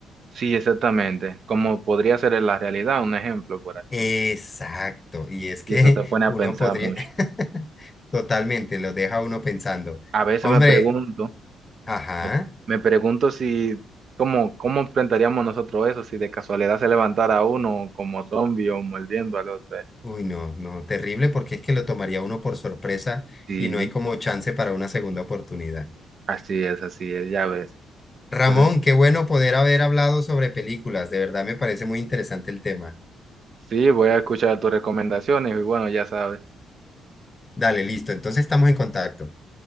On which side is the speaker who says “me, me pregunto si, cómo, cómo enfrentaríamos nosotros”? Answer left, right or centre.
Right